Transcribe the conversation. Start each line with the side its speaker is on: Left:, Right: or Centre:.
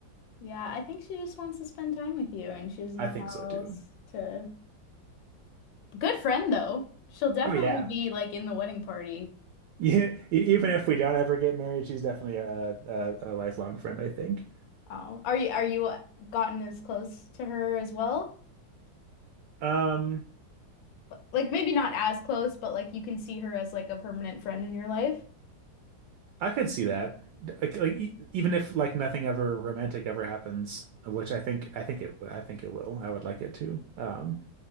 Left: Yeah, I think she just wants to spend time with you, and she doesn't
Right: I
Left: know
Right: think
Left: how
Right: so too.
Left: else to. Good friend though. She'll definitely
Right: Oh yeah.
Left: be
Right: <laughs>
Left: like in the wedding party.
Right: Yeah, e- even if we don't ever get married, she's definitely a, a, a lifelong friend, I think.
Left: Oh, are you are you gotten as close to her as well?
Right: Um,
Left: Like maybe not as close, but like you can see her as like a permanent friend in your life.
Right: I could see that. Like, like e- even if like nothing ever romantic ever happens, which I think I think it I think it will. I would like it to. Um,